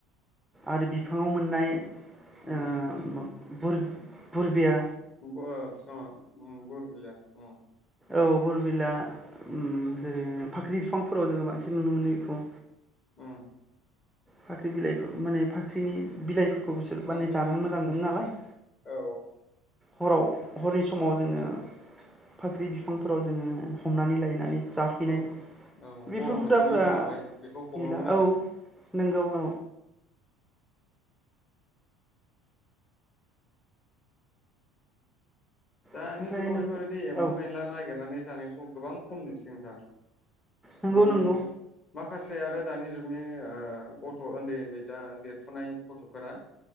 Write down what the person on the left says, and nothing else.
उम
<unintelligible> बरबिला उम।
उम।
फाख्रिनि
बिलाइ
औ।
औ औ औ
गरम
बोथोरनि दिनावहाय बेखौ हमोमोन
आरो।
दानि
जुगाव
बेफोरबायदि एम्फौ
एनला नागिरनानै जानायखौ गोबां खम नुसै नोंथां।
माने
मा माखासे आरो दानि जुगनि गथ' ओन्दै ओन्दै दा देरफुनाय गथ'फोरा